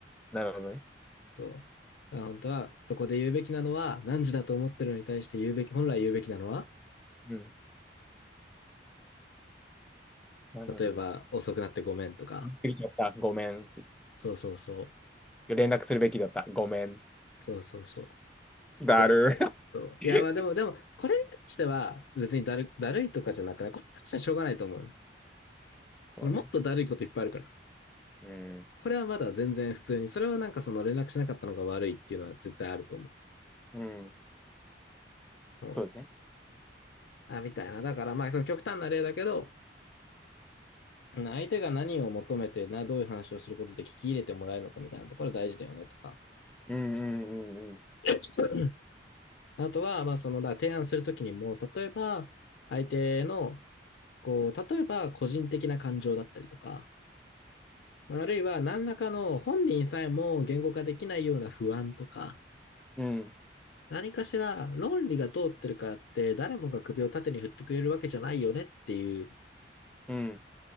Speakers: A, in the centre; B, on the left.
A: なるほどね。
B: そう。あ本当は、そこで言うべきなのは、何時だと思ってるのに対して言うべき、本来言うべきなのは、
A: うん。まずはね
B: 例えば、遅くなってごめんとか。
A: 飲み過ぎちゃった。ごめん。
B: そうそうそ
A: 連絡するべきだった。ごめん。
B: う。そうそうそ
A: だる。
B: う。であって。そう。
A: <laughs>
B: いや、まあでも、でも、これに関しては、別にだる、だるいとかじゃなくないこれに関してはしょうがないと思う。その、
A: そうね。
B: もっとだるいこといっぱいあるから。
A: うん。
B: これはまだ全然普通に、それはなんかその連絡しなかったのが悪いっていうのは絶対あると思う。
A: うん。
B: うん
A: そうですね。
B: あ、みたいな。だからまあその極端な例だけど、相手が何を求めてな、どういう話をすることで聞き入れてもらえるのかみたいなところ大事だよねとか。
A: うんうんうんうん。
B: <laughs> あとは、まあその、だから提案するときにも、例えば、相手の、こう、例えば個人的な感情だったりとか、まああるいは何らかの本人さえも言語化できないような不安とか、
A: うん。うん。
B: 何かしら論理が通ってるからって誰もが首を縦に振ってくれるわけじゃないよねっていう、
A: うん